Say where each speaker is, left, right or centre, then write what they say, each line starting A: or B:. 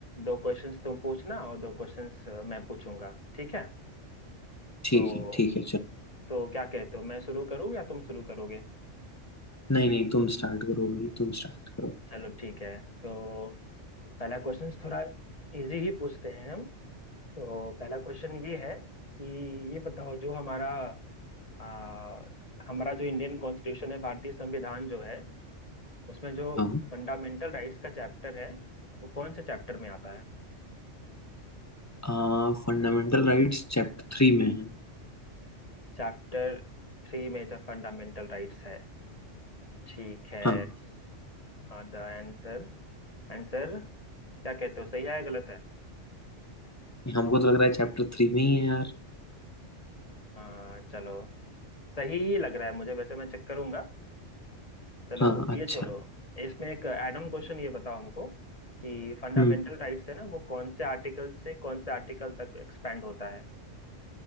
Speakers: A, on the left; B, on the left.
A: दो क्वेश्चंस तुम पूछना और दो क्वेश्चंस मैं पूछूंगा ठीक है
B: ठीक
A: तो
B: है ठीक है चलो
A: तो क्या कहते हो मैं शुरू करूँ या तुम शुरू करोगे
B: नहीं नहीं तुम स्टार्ट करो भाई तुम स्टार्ट करो
A: चलो ठीक है तो पहला क्वेश्चन थोड़ा इजी ही पूछते हैं हम तो पहला क्वेश्चन ये है कि ये बताओ जो हमारा आ, हमारा जो इंडियन कॉन्स्टिट्यूशन है भारतीय संविधान जो है उसमें जो
B: हाँ
A: फंडामेंटल राइट्स का चैप्टर है वो कौन से चैप्टर में आता है
B: हाँ फंडामेंटल राइट्स चैप्टर थ्री में है
A: चैप्टर थ्री में जो फंडामेंटल राइट्स है ठीक है
B: हाँ
A: द आंसर आंसर क्या कहते हो सही है या गलत है
B: हमको तो लग रहा है चैप्टर थ्री में ही है यार
A: आ, चलो सही ही लग रहा है मुझे वैसे मैं चेक करूंगा चलो
B: हाँ अच्छा
A: ये छोड़ो इसमें एक एड ऑन क्वेश्चन ये बताओ हमको कि फंडामेंटल
B: हम्म
A: राइट्स है ना वो कौन से आर्टिकल से कौन से आर्टिकल तक एक्सपेंड होता है